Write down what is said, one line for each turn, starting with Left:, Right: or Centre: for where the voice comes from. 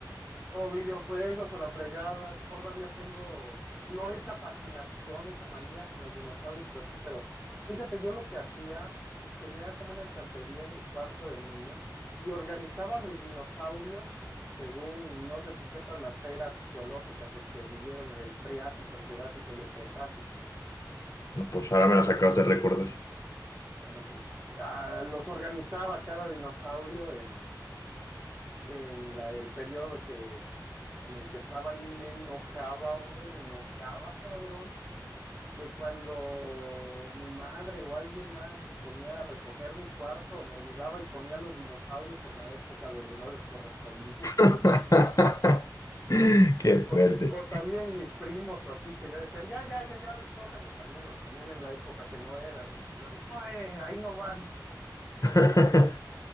Centre: O videojuegos o la fregada, todavía tengo, no esa fascinación, esa manía con los dinosaurios, pero sí, pero fíjate, yo lo que hacía, tenía como una estantería en mi cuarto de niño y organizaba mis dinosaurios según, no sé si sepas, las eras geológicas en que vivieron en el Triásico, el Jurásico y el Cretácico.
Left: Pues ahora me las acabas de recordar.
Centre: Bueno, pues ah, los organizaba cada dinosaurio en en la, el periodo que, en el que estaban y me enojaba, hombre, me enojaba, cabrón, de cuando mi madre o alguien más se ponía a recoger mi cuarto, me ayudaba y ponía los dinosaurios en la época donde no les correspondía.
Left: <laughs>
Centre: <laughs>
Left: Qué
Centre: O,
Left: fuerte.
Centre: o también mis primos o así que ya decían, ya, ya, ya, ya recojan y también los ponían en la época que no era. Y pues yo, no, eh, ahí no van.
Left: <laughs>